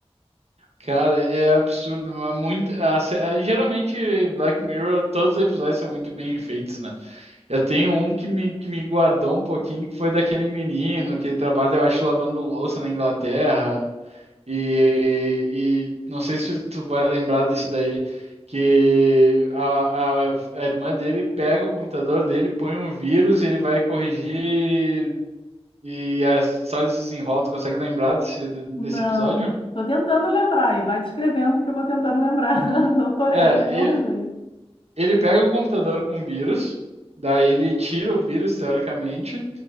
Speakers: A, on the right; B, on the left.
A: Cara, é absurdo, mas muito. a sé- a- geralmente, Black Mirror, todos os episódios são muito bem feitos, né? Eu tenho um que me, que me guardou um pouquinho, que foi daquele menino que ele trabalha, eu acho, lavando louça na Inglaterra. E, e não sei se tu vai lembrar desse daí, que a, a, a irmã dele pega o computador dele, põe um vírus e ele vai corrigir e a história se desenrola. Tu consegue lembrar desse, desse
B: Não,
A: episódio?
B: tô tentando lembrar e vai descrevendo que eu vou tentando lembrar. <laughs> Não tô, le-
A: É,
B: ainda não
A: ele,
B: lembrei.
A: ele pega um computador com vírus, daí ele tira o vírus, teoricamente,